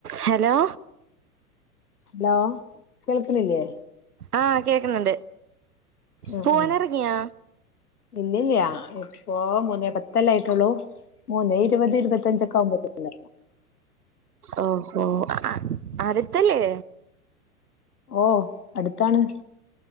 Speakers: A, on the right; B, on the left.
A: Hello
B: hello കേൾക്കുന്നില്ലേ
A: ആ കേക്കുന്നുണ്ട്.
B: ആ
A: പൂവാനെറങ്ങിയാ
B: ആ ഇല്ലില്ല ഇപ്പോ <unintelligible> ത്തല്ലായിട്ടുള്ളൂ മൂന്നേ ഇരുപത് ഇരുപത്തിയഞ്ചൊക്കെ ആവുമ്പോയ
A: ഓ ഹോ അടുത്തല്ലേ
B: ഓ അടുത്താണ്.